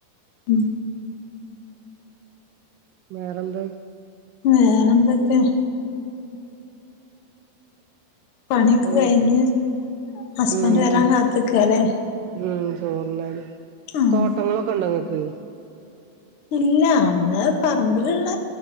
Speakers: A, on the left; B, on the right.
A: ഉം
B: വേറെന്താ
A: വേറെ എന്തൊക്കെ പണിയൊക്കെ
B: ഉം
A: കഴിഞ്ഞ് ഹസ്ബൻഡ്
B: ഉം
A: വരാൻ കാത്ത്ക്കാല്ലേ
B: ഉം ചോർണ്ണാന്
A: ആഹ്
B: തോട്ടങ്ങളൊക്കെ ഉണ്ടോ ഇങ്ങക്ക്
A: ഇല്ല നമ്മള് പറമ്പിലുള്ള